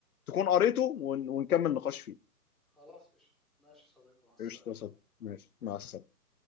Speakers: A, on the left; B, in the centre.
A: تكون قريته ون- ونكمل نقاش فيه
B: خلاص قشطه ماشي يا صديقي مع السلامه
A: قشطة صد ماشي مع السلامة